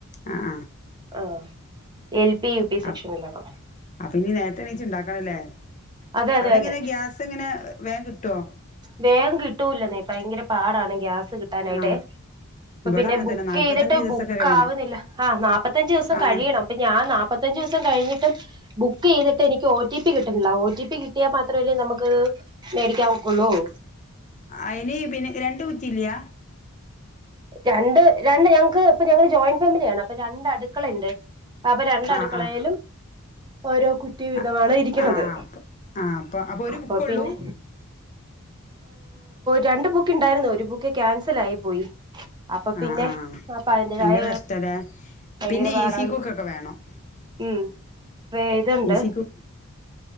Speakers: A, on the left; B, on the right.
A: ആഹ് ആഹ്
B: ആ L P U P സെക്ഷനിലാണോ
A: up അപ്പൊ ഇനി നേരത്തെ എണീച്ച് ഇണ്ടാക്കണല്ലേ
B: അതെ അതെ
A: അവിടെ എങ്ങനെ
B: അതെ
A: ഗ്യാസ് എങ്ങനെ വേഗം കിട്ടുവോ
B: വേഗം കിട്ടൂലെന്നെ ഭയങ്കര പാടാണ് ഗ്യാസ് കിട്ടാനായിട്ട്
A: ആഹ്
B: അപ്പ
A: ഇവിടേം
B: പിന്നെ
A: അങ്ങനെ
B: ബുക്ക്
A: തന്നെ നാല്പത്തഞ്ച്
B: ചെയ്തിട്ട്
A: ദിവസൊക്കെ
B: ബുക്ക്
A: കഴിയണം
B: ആവുന്നില്ല ആ നാല്പ്പത്തഞ്ച് ദിവസം
A: ആന്ന്
B: കഴിയണം അപ്പ ഞ്ആനാപ്പത്തഞ്ച് ദിവസം കഴിഞ്ഞിട്ടും ബുക്ക് ചെയ്തിട്ട് എനിക്ക് ഒ ടി പി കിട്ടുന്നില്ല ഒ ടി പി കിട്ടിയാൽ മാത്രമല്ലേ നമുക്ക്ത് മേടിക്കാൻ ഒക്കൊള്ളും
A: അയിന് പിന്നെ രണ്ട് കുറ്റി ഇല്ല്യ
B: രണ്ട് രണ്ട് ഞങ്ങക്ക് ഇപ്പൊ ഞങ്ങള് ജോയിന്റ് ഫാമിലിയാണ് അപ്പൊ രണ്ട് അടുക്കളയുണ്ട് അപ്പൊ രണ്ട് അടുക്കളയിലും
A: ആഹ് ആഹ്
B: ഓരോ കു റ്റി
A: ആഹ്
B: വിധമാണ് ഇരിക്കുന്നത്
A: ആഹ് അപ്പൊ ആഹ് അപ്പൊ ഒരു
B: അപ്പൊ
A: ബുക്കൊള്ളൂ
B: പിന്നെ രണ്ട് ബുക്ക് ഉണ്ടായിരുന്നു ഒരു ബുക്ക് ക്യാൻസൽ ആയി പോയി അപ്പൊ
A: ആഹ്
B: പിന്നെ
A: ആഹ്
B: അപ്പൊ അതിന്റതായ
A: ഭയങ്കര കഷ്ടല്ലേ
B: ഭയങ്കര
A: പിന്നെ
B: പാടാണ്
A: ഈഫി കുക്കൊക്കെ വേണം
B: ഉം വേ ഇതുണ്ട്
A: ഈസി കു